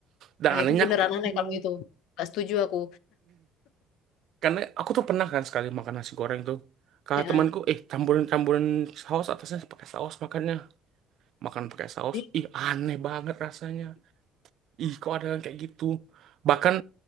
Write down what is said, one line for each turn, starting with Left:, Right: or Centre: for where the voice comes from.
Right: Dan
Left: Nah,
Right: anehnya
Left: itu beneran
Right: aku ketemu.
Left: aneh
Right: <laughs>
Left: kalau itu. Gak setuju aku.
Right: Karena aku tuh pernah kan sekali makan nasi goreng tuh. Kata
Left: Ya,
Right: temanku,
Left: eh.
Right: eh campurin-campurin saus atasnya pakai saus makannya. Makan pakai saus.
Left: Ih,
Right: Ih, aneh banget rasanya. Ih, kok ada yang kayak gitu. Bahkan